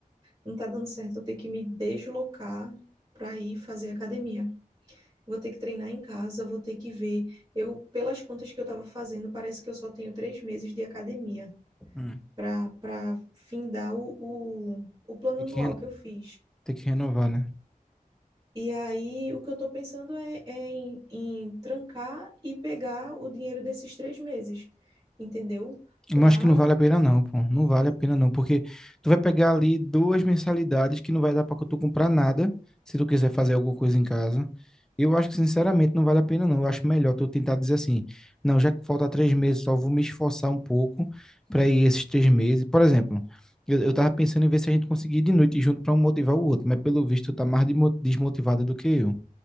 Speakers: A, on the right; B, in the centre.
A: Não tá dando certo eu ter que me deslocar para ir fazer academia. Vou ter que treinar em casa, vou ter que ver. Eu, pelas contas que eu tava fazendo, parece que eu só tenho três meses de academia
B: Hum.
A: para para findar o, o, o plano
B: Tem
A: anual
B: que, re-
A: que eu fiz.
B: tem que renovar, né?
A: E aí, o que eu tô pensando é, é em, em trancar e pegar o dinheiro desses três meses, entendeu?
B: eu
A: Para
B: acho que não vale a pena não, pô. Não vale a pena não, porque tu vai pegar ali duas mensalidades que não vai dar pra tu comprar nada, se tu quiser fazer alguma coisa em casa. Eu acho que, sinceramente, não vale a pena não. Eu acho melhor tu tentar dizer assim, não, já que falta três meses, só vou me esforçar um pouco pra ir esses três meses. Por exemplo, eu, eu tava pensando em ver se a gente conseguir ir de noite junto pra um motivar o outro, mas pelo visto tu tá mais demo- desmotivada do que eu.